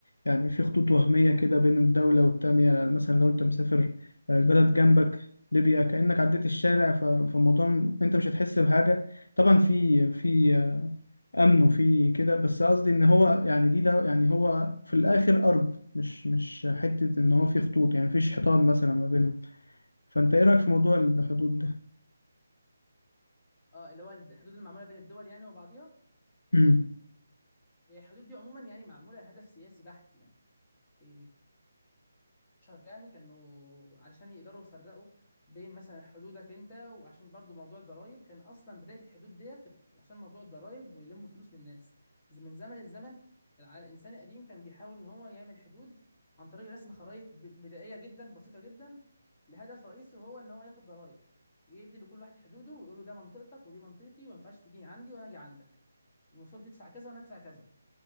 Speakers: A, on the left; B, on the left.
A: يعني في خطوط وهمية كده بين الدولة والتانية مثلا لو أنت مسافر آه، البلد جنبك ليبيا كأنك عديت الشارع ف- فالموضوع م- أنت مش هتحس بحاجة طبعا في في آه، أمن وفي كده بس قصدي إن هو يعني دي ده يعني هو في الآخر أرض مش مش حتة إن هو في خطوط يعني مفيش حيطان مثلا ما بينهم فأنت إيه رأيك في موضوع الحدود ده؟
B: اه اللي هو الحدود المعموله بين الدول يعني وبعضيها
A: <clears throat> امم
B: هي الحدود دي عموما يعني معموله لهدف سياسي بحت يعني إيه، شهر يعني كانوا عشان يقدروا يفرقوا بين مثلا حدودك انت وعشان برضو موضوع الضرايب كان اصلا بدايه الحدود ديت كانت عشان موضوع الضرايب ويلموا فلوس من الناس ز- من زمن الزمن الع- الانسان القديم كان بيحاول ان هو يعمل حدود عن طريق رسم خرائط ب- بدائيه جدا بسيطه جدا لهدف رئيسي وهو ان هو ياخد ضرايب ويدي لكل واحد حدوده ويقول له ده منطقتك ودي منطقتي وما ينفعش تيجي عندي وانا اجي عندك المفروض تدفع كذا وانا ادفع كذا